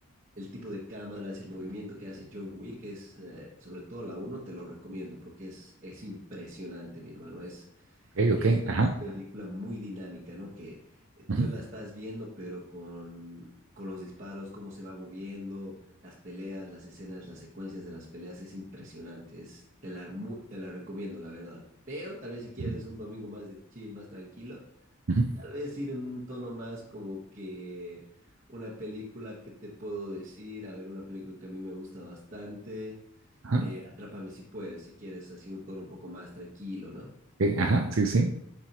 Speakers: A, on the right; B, on the right.
A: el tipo de cámaras, el movimiento que hace John Wick es, eh, sobre todo la uno te lo recomiendo porque es, es impresionante, mi hermano. Es,
B: ok,
A: es
B: ok,
A: una
B: ajá,
A: película muy dinámica, ¿no? Que eh,
B: ujú,
A: tú la estás viendo, pero con, con los disparos, cómo se va moviendo, las peleas, las escenas, las secuencias de las peleas, es impresionante. Es, te la, mu- te la recomiendo, la verdad. Pero tal vez si quieres
B: ujú,
A: un domingo más de chill, más tranquilo,
B: ujú,
A: tal vez ir en un tono más como que una película que te puedo decir, a ver, una película que a mí me gusta bastante,
B: ajá,
A: eh, Atrápame si puedes, si quieres, así un tono un poco más tranquilo, ¿no?
B: ok, ajá, sí, sí.